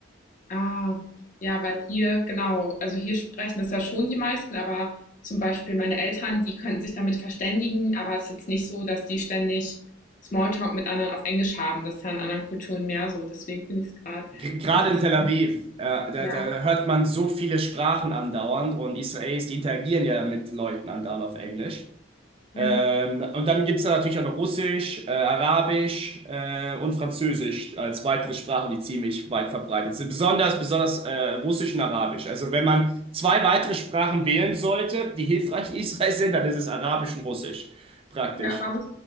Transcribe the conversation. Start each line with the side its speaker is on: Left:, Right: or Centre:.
Left: Ah, ja, weil hier, genau, also hier sprechen das ja schon die meisten, aber zum Beispiel meine Eltern, die könnten sich damit verständigen, aber es ist jetzt nicht so, dass die ständig Smalltalk mit anderen auf Englisch haben. Das ist ja in anderen Kulturen mehr so. Deswegen finde ich es gerade
Right: G- Gerade
Left: interessant.
Right: in Tel Aviv, äh, da,
Left: Ja,
Right: da hört man so viele Sprachen andauernd und Israelis, die interagieren ja mit Leuten andauernd auf Englisch.
Left: ja,
Right: Ähm, und dann gibt es da natürlich auch noch Russisch, äh, Arabisch äh, und Französisch als weitere Sprachen, die ziemlich weit verbreitet sind. Besonders, besonders äh, Russisch und Arabisch. Also wenn man zwei weitere Sprachen wählen sollte, die hilfreich in Israel sind, dann ist es Arabisch und Russisch praktisch.
Left: ja, Arabisch